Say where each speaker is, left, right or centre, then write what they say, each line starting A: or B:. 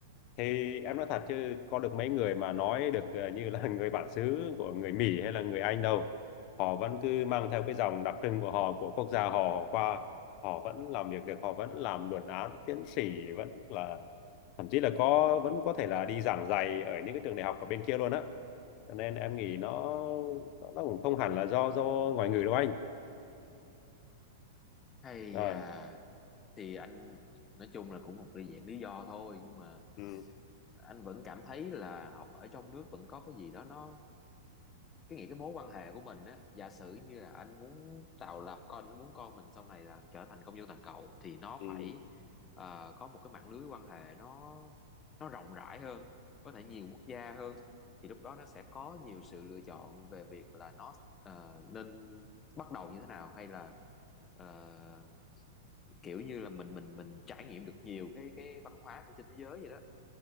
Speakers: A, on the left (about 45°); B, on the left (about 25°).
A: thì em nói thật chứ có được mấy người mà nói được ờ, như là <laughs> người bản xứ của người Mỹ hay là người Anh đâu. Họ vẫn cứ mang theo cái dòng đặc trưng của họ, của quốc gia họ qua. Họ vẫn làm việc được, họ vẫn làm luận án, tiến sĩ, vẫn là thậm chí là có vẫn có thể là đi giảng dạy ở những cái trường đại học ở bên kia luôn á. Cho nên em nghĩ nó nó cũng không hẳn là do do ngoại ngữ đâu anh.
B: Hay
A: Rồi.
B: à thì anh nói chung là cũng một cái dạng lý do thôi nhưng mà
A: Ừ.
B: anh vẫn cảm thấy là học ở trong nước vẫn có cái gì đó nó cái nghĩ cái mối quan hệ của mình á giả sử như là anh muốn tạo lập con anh muốn con mình sau này là trở thành công dân toàn cầu thì nó
A: Ừ.
B: phải ờ, có một cái mạng lưới quan hệ nó nó rộng rãi hơn có thể nhiều quốc gia hơn thì lúc đó nó sẽ có nhiều sự lựa chọn về việc là nó ờ, nên bắt đầu như thế nào hay là ờ, kiểu như là mình mình mình trải nghiệm được nhiều cái cái văn hóa của trên thế giới vậy đó